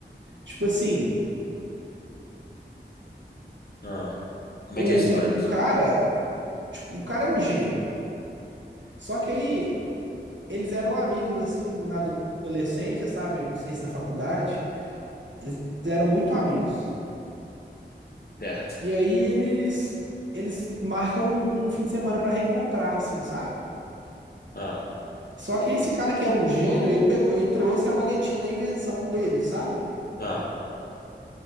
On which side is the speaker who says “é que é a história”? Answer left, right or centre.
Left